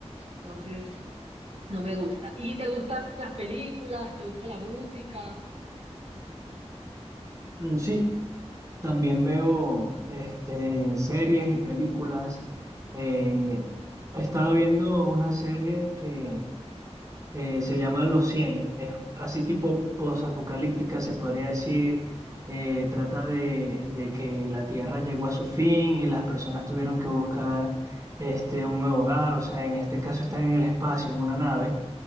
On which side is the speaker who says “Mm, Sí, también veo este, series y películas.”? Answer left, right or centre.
Right